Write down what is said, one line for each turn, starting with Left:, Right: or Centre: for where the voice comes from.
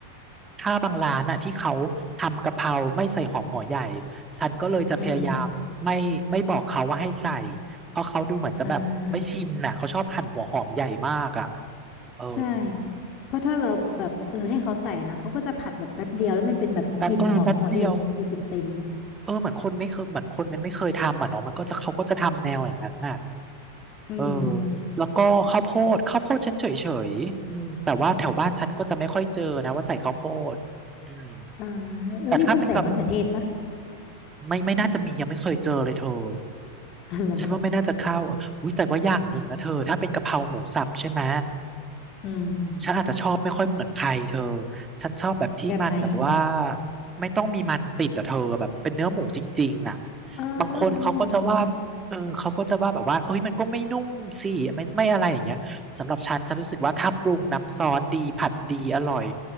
Right: ถ้าบางร้านอ่ะที่เขาทำกะเพราไม่ใส่หอมหัวใหญ่ ฉันก็เลยจะพยายามไม่ไม่บอกเขาว่าให้ใส่
Left: อืม
Right: เพราะเขาดูเหมือนจะแบบไม่ชินน่ะเขาชอบหั่นหัวหอมใหญ่มากอ่ะ
Left: อ่า
Right: เออ
Left: ใช่เพราะถ้าเราแบบเออให้เขาใส่นะเขาก็จะผัดแบบแป๊บเดียวแล้วมันเป็นแบบกลิ่นหอมหัวใหญ่ยังอยู่เต็มเต็ม
Right: แป๊บเออแป๊บเดียวเออเหมือนคนไม่เคยเหมือนคนมันไม่เคยทำอ่ะเนาะมันก็จะเขาก็จะทำแนวอย่างนั้นน่ะ
Left: อืม
Right: เออแล้วก็ข้าวโพดข้าวโพดฉันเฉยๆอืมแต่ว่าแถวบ้านฉันก็จะไม่ค่อยเจอนะว่าใส่ข้าวโพดอืม
Left: อ่าเออมีคนใส่มะเขือเทศปะ
Right: แต่ถ้าเป็นกับไม่ไม่น่าจะมียังไม่เคยเจอเลยเธอ
Left: อ๋อเหรอ
Right: ฉันว่าไม่น่าจะเข้าอุ้ยแต่ว่าอย่างหนึ่งนะเธอถ้าเป็นกะเพราหมูสับใช่ไหม
Left: อืม
Right: อืมฉันอาจจะชอบไม่ค่อยเหมือนใครเธอ ฉันชอบแบบที่มันแบบว่า
Left: แบบไหน
Right: ไม่ต้องมีมันติดอะเธอแบบเป็นเนื้อหมูจริงๆอ่ะ
Left: อ๋อเนื้อหมูล้วน
Right: บางคนเขาก็จะว่าเออเขาก็จะว่าแบบว่าเอ้ยมันก็ไม่นุ่มสิไม่ไม่อะไรอย่างเงี้ยสำหรับฉันฉันรู้สึกว่าถ้าปรุงน้ำซอสดีผัดดีอร่อย